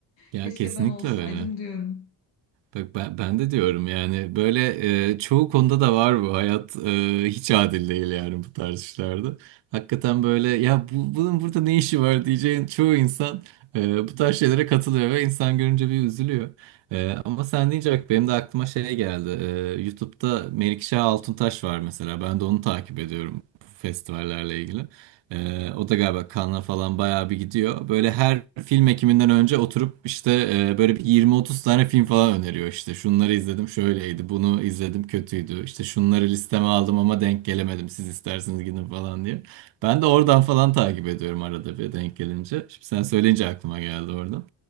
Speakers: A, on the right; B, on the left.
A: Ya
B: Keşke
A: kesinlikle
B: ben olsaydım
A: öyle.
B: diyorum.
A: Bak ben, ben de diyorum yani böyle e, çoğu konuda da var bu hayat e, hiç adil değil yani bu tarz işlerde. Hakikaten böyle ya bu, bunun burada ne işi var diyeceğin çoğu insan e, bu tarz şeylere katılıyor ve insan görünce bir üzülüyor. E, ama sen deyince bak benim de aklıma şey geldi. E, YouTube'da Melikşah Altuntaş var mesela ben de onu takip ediyorum bu festivallerle ilgili. Ee, o da galiba Cannes'a falan bayağı bir gidiyor. Böyle her film ekiminden önce oturup işte e, böyle bir 20-30 tane film falan öneriyor işte. Şunları izledim şöyleydi, bunu izledim kötüydü. İşte şunları listeme aldım ama denk gelemedim. Siz isterseniz gidin falan diye. Ben de oradan falan takip ediyorum arada bir denk gelince. Şimdi sen söyleyince aklıma geldi oradan.